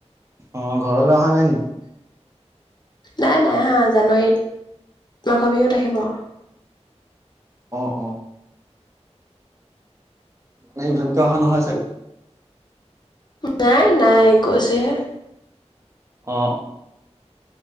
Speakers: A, on the right; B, on the left.
A: অ ঘৰলৈ অহা নাই নেকি?
B: নাই, নাই আহা। জানুৱাৰীত মাঘৰ বিহুত আহিব।
A: অ, অ। মানে ইভানকে অহা নহয় চাগে।
B: নাই, নাই। গৈছেহে।
A: অ।